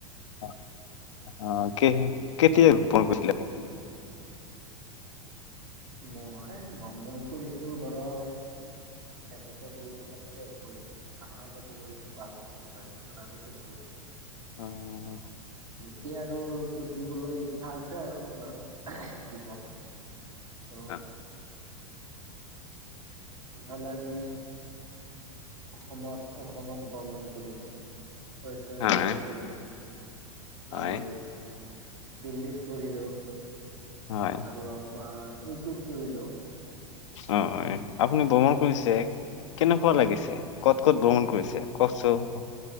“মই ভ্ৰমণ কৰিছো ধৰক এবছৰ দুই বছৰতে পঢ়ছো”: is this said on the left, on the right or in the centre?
Right